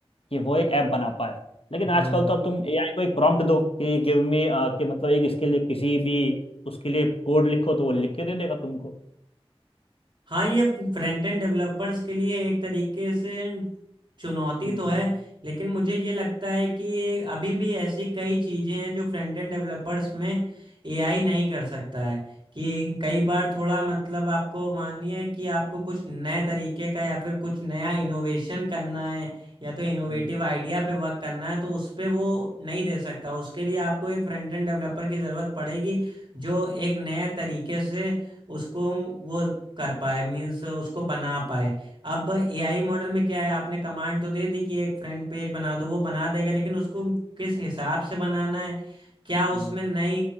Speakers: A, on the left; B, on the right.
A: कि वो एक ऐप बना पाए लेकिन आजकल
B: हाँ
A: तो अब तुम एआई को एक प्रॉम्प्ट दो कि गिव मी कि मतलब एक इसके लिए किसी भी उसके लिए कोड लिखो तो वो लिख के दे देगा तुमको
B: हाँ ये फ्रंट एंड डेवलपर्स के लिए एक तरीके से चुनौती
A: हम्म
B: तो है लेकिन मुझे ये लगता है कि अभी भी ऐसी कई चीज़ें हैं जो फ्रंट एंड डेवलपर्स में एआई नहीं कर सकता है कि कई बार थोड़ा मतलब आपको मानिए कि आपको कुछ नए तरीके का या फिर कुछ नया इनोवेशन करना है या तो इनोवेटिव
A: हम्म
B: आइडिया पे वर्क करना है तो उस पे वो नहीं दे सकता उसके लिए आपको एक फ्रंट एंड डेवलपर की ज़रूरत पड़ेगी जो एक नए तरीके से उसको वो कर पाए मीन्स उसको बना पाए अब एआई मॉडल में क्या है आपने कमांड तो दे दी कि एक फ्रंट पेज बना दो वो बना देगा लेकिन उसको किस हिसाब से बनाना है क्या उसमें
A: हम्म
B: नई